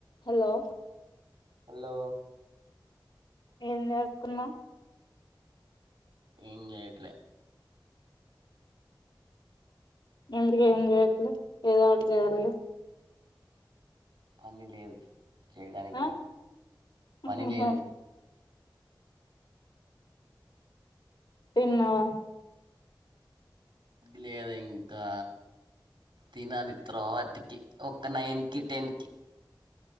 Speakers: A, on the left; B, on the right.
A: హలో
B: హలో
A: ఏం చేస్తున్నావ్
B: ఏం చేయట్లే
A: ఎందుకు ఏం చెయట్లే ఏదో ఒకటి చేయాలిగ
B: పని లేదు చేయడానికి
A: ఆ ఆహాహా
B: పని లేదు
A: తిన్నావా
B: లేదే ఇంకా తినాలి తర్వాతికి ఒక నైన్ కి టెన్ కి